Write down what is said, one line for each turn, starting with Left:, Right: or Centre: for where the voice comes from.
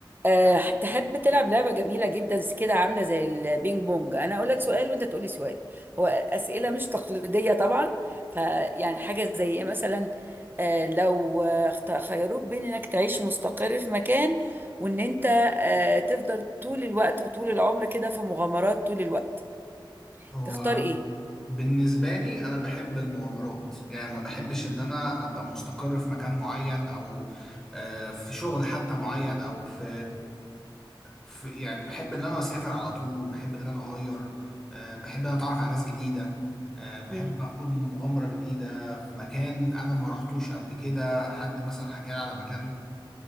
Right: أه تحب تلعب لعبة جميلة جدا كده عاملة زي البينج بونج أنا أقول لك سؤال وأنت تقولي سؤال هو أسئلة مش تقليدية طبعا فيعني حاجة زي إيه مثلا أه لو آه، اخت- خيروك بين إنك تعيش مستقر في مكان وإن أنت أه تفضل طول الوقت وطول العمر كده في مغامرات طول الوقت
Centre: هو
Right: تختار إيه؟
Centre: بالنسبة لي أنا بحب المغامرات يعني ما بحبش إن أنا أبقى مستقر في مكان معين أو آه، في شغل حتى معين أو في, في يعني بحب إن أنا أسافر على طول بحب إن أنا أغير آه، بحب إن أنا أتعرف على ناس جديدة آه، بحب
Right: مم.
Centre: أخوض مغامرة جديدة في مكان أنا ما رحتوش قبل كده حد مثلا حكى لي على مكان